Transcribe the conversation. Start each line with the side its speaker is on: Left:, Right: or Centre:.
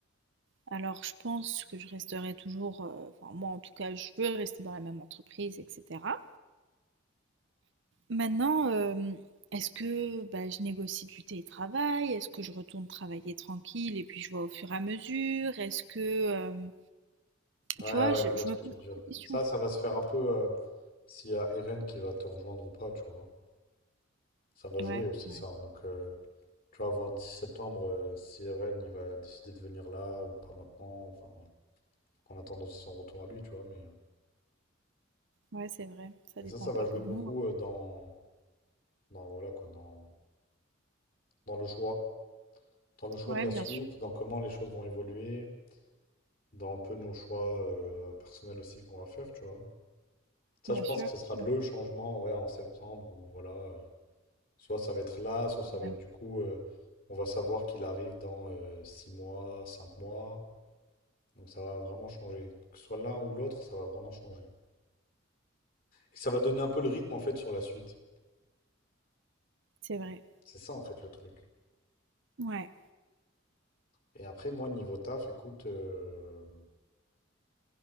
Right: Alors, je pense que je resterai toujours, heu, enfin moi en tout cas, je veux rester dans la même entreprise et cetera. Maintenant, hem, est-ce que, bah, je négocie du télétravail? Est-ce que je retourne travailler tranquille et puis je vois au fur et à mesure? Est-ce que, hem,
Left: Ouais,
Right: tu vois,
Left: ouais,
Right: je
Left: je vois
Right: je
Left: ce
Right: me
Left: que
Right: pose
Left: tu veux dire.
Right: plein de questions.
Left: Ça, ça va se faire un peu euh, s'il y a Eren qui va te rejoindre ou pas, tu vois. Ça va jouer
Right: Ouais,
Left: aussi
Right: ouais,
Left: ça. Donc, euh, tu vas voir 10 septembre euh, si Eren il va décider de venir là ou pas maintenant. Enfin, faut qu'on attende aussi son retour à lui, tu vois. Mais, euh,
Right: ouais, c'est vrai, ça
Left: mais
Right: dépend
Left: ça, ça va
Right: pas
Left: jouer
Right: que de
Left: beaucoup
Right: nous, hein.
Left: euh, dans, dans, voilà, quoi, dans, dans le choix. Dans le choix
Right: Ouais,
Left: de la
Right: bien
Left: suite,
Right: sûr,
Left: dans comment les choses vont évoluer, dans un peu nos choix euh, personnels aussi qu'on va faire, tu vois. Ça,
Right: bien
Left: je pense
Right: sûr.
Left: que ça sera le
Right: Mmh,
Left: changement, ouais, en septembre, où voilà, euh, soit ça va être là, soit ça
Right: ouais,
Left: va être du coup, euh, on va savoir qu'il arrive dans euh, 6 mois, 5 mois. Donc ça va vraiment changer. Que ce soit l'un ou l'autre, ça va vraiment changer. Et ça va donner un peu le rythme en fait sur la suite.
Right: c'est vrai.
Left: C'est ça en fait le truc.
Right: Ouais,
Left: Et après, moi, niveau taf, écoute, euh,